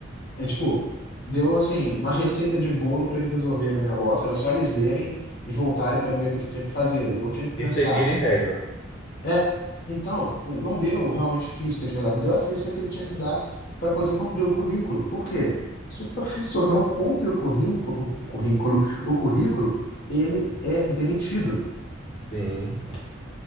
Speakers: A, on the left (about 50°); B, on the left (about 85°).
A: é tipo, deu assim, uma receita de bolo para eles resolverem o negócio, era só eles lerem e voltarem para ver o que que tinha que fazer. Eles não tinham que pensar.
B: E seguirem regras.
A: É, então, não deu realmente física de verdade, deu a física que ele tinha que dar para poder cumprir o currículo. Por quê? Se o professor não cumpre o currículo, o currículo, o currículo, ele é demitido.
B: Sim,